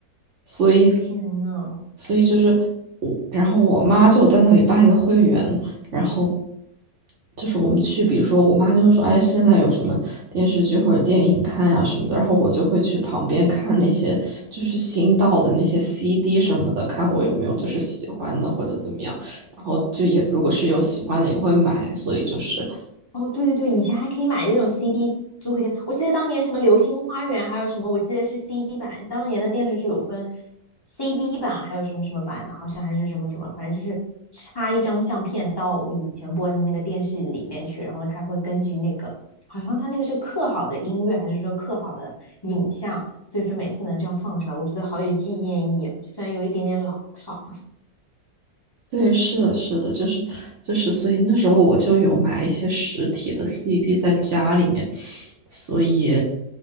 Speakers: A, on the right; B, on the left.
A: 所以
B: 天呐，
A: 所以就是我，然后我妈就在那里办一个会员，然后就是我们去，比如说我妈就会说，哎，现在有什么电视剧或者电影看啊什么的，然后我就会去旁边看那些就是新到的那些 CD 什么的，看我有没有就是喜欢的或者怎么样，然后就也如果是有喜欢的也会买，所以就是。
B: 哦，对对对，以前还可以买那种 CD 租回家。我记得当年什么《流星花园》，还有什么，我记得是 CD 版。当年的电视剧有分 CD 版，还有什么什么版的，好像还是什么什么，反正就是插一张相片到我以前播的那个电视里面去，然后它会根据那个，好像它那个是刻好的音乐，还是说刻好的影像，所以说每次能这样放出来，我觉得好有纪念意义啊，虽然有一点点老套。
A: 对，是的，是的，就是就是，所以那时候我就有买一些实体的 CD 在家里面，所以